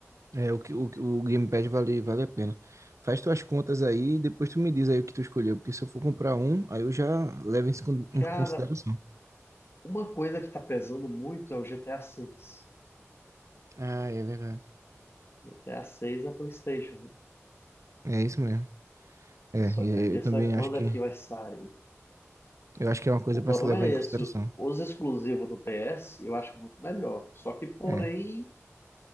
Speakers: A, on the right; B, on the left.
A: É, o, que- o, que- o Gamepad vale, vale a pena. Faz tuas contas aí e depois tu me diz aí o que tu escolheu, porque se eu for comprar um, aí eu já levo isso em con-
B: Cara,
A: em consideração.
B: uma coisa que tá pesando muito é o GTA 6.
A: Ah, é verdade.
B: GTA 6 G T A seis é PlayStation, né?
A: É isso mesmo. É,
B: Só
A: e eu
B: que a questão
A: eu também
B: é quando
A: acho que
B: é que vai sair.
A: eu acho que é uma coisa
B: O problema
A: para se levar
B: é
A: em
B: esse.
A: consideração.
B: Os exclusivos do PS eu acho muito melhor. Só que, porém,
A: É.